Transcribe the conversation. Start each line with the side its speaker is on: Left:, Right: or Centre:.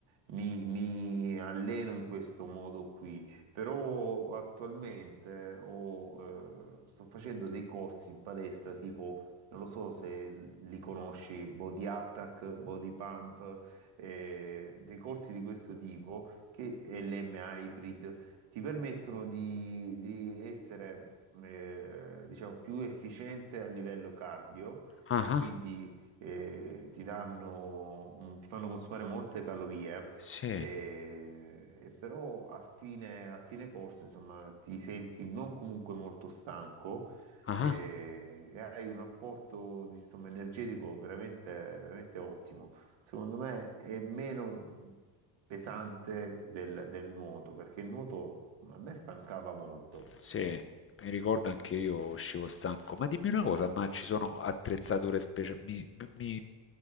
Right: mi, mi alleno in questo modo qui. Però attualmente ho, eh, sto facendo dei corsi in palestra tipo non lo so se li conosci, Body Attack, Body Pump, eh, dei corsi di questo tipo, che è l'M Hybrid, ti permettono di, di essere, eh, diciamo, più efficiente a livello cardio
Left: Ah,
Right: e
Left: ah,
Right: quindi eh, ti danno, un- ti fanno consumare molte calorie.
Left: sì,
Right: E, e però a fine, a fine corso, insomma, ti senti non comunque molto stanco,
Left: ah,
Right: e,
Left: ah.
Right: e hai un apporto, insomma, energetico veramente, veramente ottimo. Secondo me è meno pesante del, del nuoto, perché il nuoto a me stancava molto.
Left: Sì, mi ricordo anche io uscivo stanco. Ma dimmi una cosa, ma ci sono attrezzature speciali? Mi, mi-